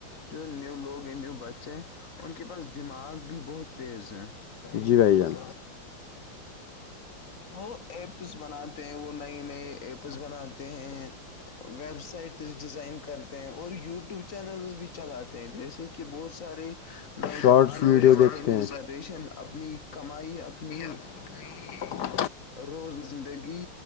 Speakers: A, on the left (about 40°); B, on the left (about 60°).
A: جو نیو لوگ ہیں نیو بچے ان کے پاس دماغ بھی بہت تیز ہے
B: جی بھائی جان
A: وہ ایپس بناتے ہیں وہ نئی نئے ایپس بناتے ہیں ویب سائٹ ڈیزائن کرتے ہیں اور یوٹیوب چینلس بھی چلاتے ہیں جیسے کہ کہ بہت سارے نوجوان
B: شارٹس ویڈیو
A: بہت سارے
B: دیکھتے
A: نیو
B: ہیں
A: جنریشن اپنی کمائی اپنی
B: اپنی
A: روز زندگی